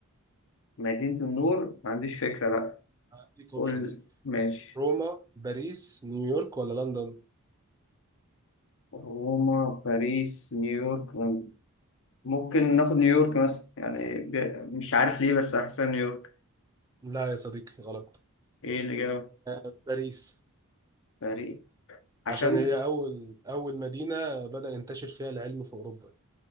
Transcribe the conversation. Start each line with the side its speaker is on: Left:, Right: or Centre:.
Left: مدينه النور ما عنديش فكره بقى
Right: هديك
Left: قول
Right: اوبشنز
Left: ماشي
Right: روما باريس نيويورك ولا لندن
Left: روما باريس نيويورك لندن ممكن ناخد نيويورك مثلا يعني ب... مش عارف ليه بس احسن نيويورك
Right: لا يا صديقي غلط
Left: ايه اللي جاب
Right: آه، باريس
Left: باريس عشان
Right: عشان هي اول اول مدينة بدأ ينتشر فيها العلم في اوروبا